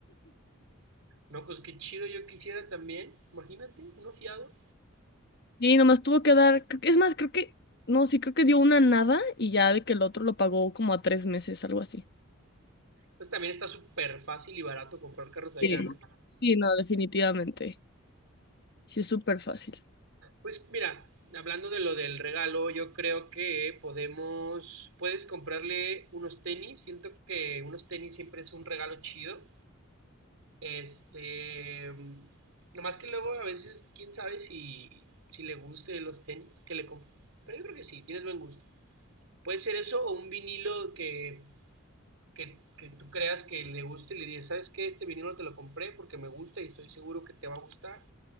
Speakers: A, on the right (about 80°); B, on the left (about 50°).
A: No, pues qué chido, yo quisiera también, imagínate, uno fiado.
B: Sí, nomás tuvo que dar, creo que- es más, creo que, no, sí, creo que dio una nada y ya de que el otro lo pagó como a tres meses, algo así.
A: Entonces también está súper fácil y barato comprar carros allá,
B: Sí.
A: ¿no?
B: Sí, no, definitivamente. Sí, es súper fácil.
A: Pues mira, hablando de lo del regalo, yo creo que podemos, puedes comprarle unos tenis. Siento que unos tenis siempre es un regalo chido. Este, nomás que luego a veces, quién sabe si, si le guste los tenis que le compran. Pero yo creo que sí, tienes buen gusto. Puede ser eso o un vinilo que, que, que tú creas que le guste y le dices, ¿sabes qué? Este vinilo te lo compré porque me gusta y estoy seguro que te va a gustar.